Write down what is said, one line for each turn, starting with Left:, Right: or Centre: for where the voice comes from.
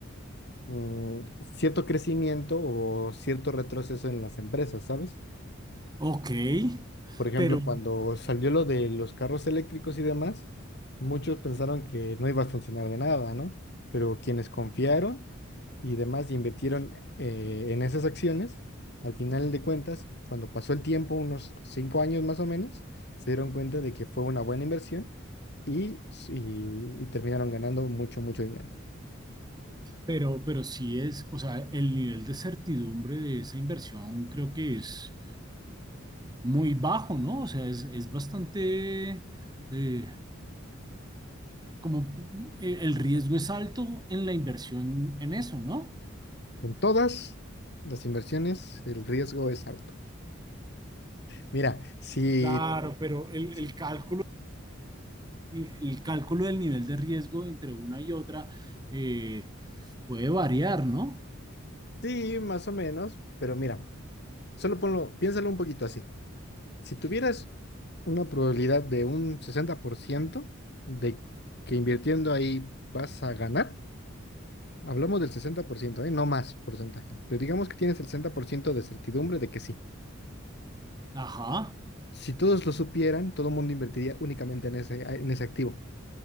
Left: mm, cierto crecimiento o cierto retroceso en las empresas, ¿sabes?
Right: Ok,
Left: Por ejemplo,
Right: pero,
Left: cuando salió lo de los carros eléctricos y demás, muchos pensaron que no iba a funcionar de nada, ¿no? Pero quienes confiaron y demás y invirtieron eh, en esas acciones, al final de cuentas, cuando pasó el tiempo, unos cinco años más o menos, se dieron cuenta de que fue una buena inversión y, y y terminaron ganando mucho, mucho dinero.
Right: Pero, pero sí es, o sea, el nivel de certidumbre de esa inversión creo que es muy bajo, ¿no? O sea, es, es bastante, eh, como eh, el riesgo es alto en la inversión en eso, ¿no?
Left: En todas las inversiones, el riesgo es alto. Mira, si...
Right: Claro, pero el,
Left: Sí,
Right: el cálculo, El, el cálculo del nivel de riesgo entre una y otra eh, puede variar, ¿no?
Left: sí, más o menos, pero mira. Solo ponlo, piénsalo un poquito así. Si tuvieras una probabilidad de un 60% de que invirtiendo ahí vas a ganar, hablamos del sesenta por ciento ¿eh? No más porcentaje, pero digamos que tienes el 60% de certidumbre de que sí.
Right: Ajá,
Left: Si todos lo supieran, todo el mundo invertiría únicamente en ese, en ese activo,